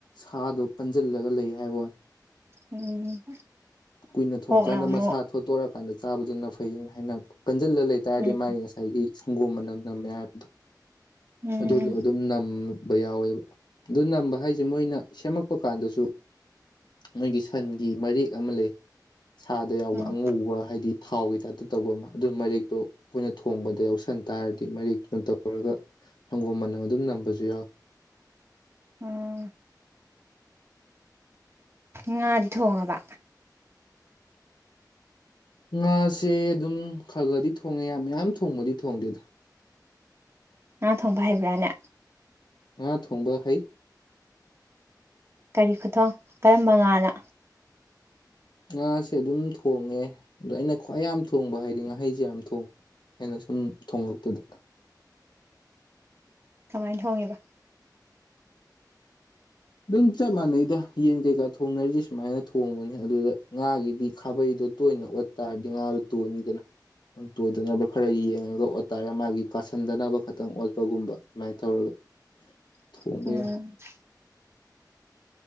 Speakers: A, on the left; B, on the right.
A: ꯁꯥꯗꯣ ꯄꯟꯁꯤꯜꯂꯒ ꯂꯩ ꯍꯥꯏꯕꯋꯥ
B: ꯎꯝ
A: ꯀꯨꯏꯅ ꯊꯣꯡꯉꯀꯥꯟꯗ
B: ꯑꯣꯛꯅ ꯑꯃꯨꯛ
A: ꯃꯁꯥ ꯊꯣꯠꯇꯣꯔꯀꯥꯟꯗ ꯆꯥꯕꯗꯨꯅ ꯐꯩ ꯍꯥꯏꯅ ꯍꯥꯏꯅꯕ ꯀꯟꯁꯤꯜꯂ ꯂꯩꯇꯥꯥꯔꯗꯤ
B: ꯎꯝ
A: ꯃꯥꯒꯤ ꯉꯁꯥ ꯁꯥꯏꯒꯤ ꯁꯪꯒꯣꯝ ꯃꯅꯝ ꯅꯝꯃꯦ ꯍꯥꯏꯕꯗꯣ
B: ꯎꯝ
A: ꯑꯗꯨꯗꯣ ꯑꯗꯨꯝ ꯅꯝꯕ ꯌꯥꯎꯋꯦꯕ ꯑꯗꯨ ꯅꯝꯕ ꯍꯥꯏꯁꯦ ꯃꯣꯏꯅ ꯁꯦꯝꯃꯛꯄ ꯀꯥꯟꯗꯁꯨ ꯃꯣꯏꯒꯤ ꯁꯟꯒꯤ ꯃꯔꯦꯛ ꯑꯃ ꯂꯩ ꯁꯥꯗ ꯌꯥꯎꯕ
B: ꯎꯝ
A: ꯑꯉꯧꯕ ꯍꯥꯏꯗꯤ ꯊꯥꯎꯒꯤ ꯇꯥꯏꯞꯇ ꯇꯧꯕ ꯑꯃ ꯑꯗꯨ ꯃꯔꯦꯛꯇꯣ ꯑꯩꯈꯣꯏꯅ ꯊꯣꯡꯕꯗ ꯌꯥꯎꯁꯟ ꯇꯥꯔꯗꯤ ꯃꯔꯦꯛꯇꯨꯅ ꯇꯧꯔꯒ ꯁꯪꯒꯣꯝ ꯃꯅꯝ ꯑꯗꯨꯝ ꯅꯝꯕꯁꯨ ꯌꯥꯎꯏ
B: ꯎꯝ ꯉꯥꯗꯤ ꯊꯣꯡꯉꯕ?
A: ꯉꯥꯁꯦ ꯑꯗꯨꯝ ꯈꯔ ꯈꯔꯗꯤ ꯊꯣꯡꯉꯦ ꯃꯌꯥꯝ ꯊꯣꯡꯕꯗꯤ ꯊꯣꯡꯗꯦꯗ꯫
B: ꯉꯥ ꯊꯣꯡꯕ ꯍꯩꯕ꯭ꯔꯥꯅꯦ?
A: ꯉꯥ ꯊꯣꯡꯕ ꯍꯩ꯫
B: ꯀꯔꯤ ꯈꯨꯊꯣꯡ? ꯀꯔꯝꯕ ꯉꯥꯅ?
A: ꯉꯥꯁꯦ ꯑꯗꯨꯝ ꯊꯣꯡꯉꯦ, ꯑꯗꯣ ꯑꯩꯅ ꯈ꯭ꯋꯥꯏ ꯌꯥꯝ ꯊꯣꯡꯕ ꯍꯥꯏꯗꯤ ꯉꯥꯍꯩꯁꯦ ꯌꯥꯝ ꯊꯣꯡꯉꯦ꯫ ꯑꯩꯅ ꯁꯨꯝ ꯊꯣꯡꯂꯛꯄꯗ꯫
B: ꯀꯃꯥꯏꯅ ꯊꯣꯡꯉꯦꯕ?
A: ꯑꯗꯨꯝ ꯆꯞ ꯃꯥꯟꯅꯩꯗ꯫ ꯌꯦꯟ ꯀꯩꯀꯥ ꯊꯣꯡꯅꯔꯤꯁꯦ ꯁꯨꯃꯥꯏꯅ ꯊꯣꯡꯕꯅꯤ ꯑꯗꯨꯗ, ꯉꯥꯒꯤꯗꯤ ꯈꯥꯕꯩꯗꯣ ꯇꯣꯏꯅ ꯑꯣꯠ ꯇꯥꯔꯗꯤ ꯉꯥꯗꯣ ꯇꯣꯏꯅꯤꯗꯅ꯫ ꯇꯣꯏꯗꯅꯕ ꯈꯔ ꯌꯦꯡꯉꯒ ꯑꯣꯇꯥꯥꯔꯦ ꯃꯥꯒꯤ ꯀꯥꯁꯟꯗꯅꯕ ꯈꯛꯇꯪ ꯑꯣꯠꯄꯒꯨꯝꯕ ꯑꯗꯨꯃꯥꯏꯅ ꯇꯧꯔꯒ꯫ <inaudible> <unintelligible>
B: <unintelligible>
A: ꯌꯥꯏ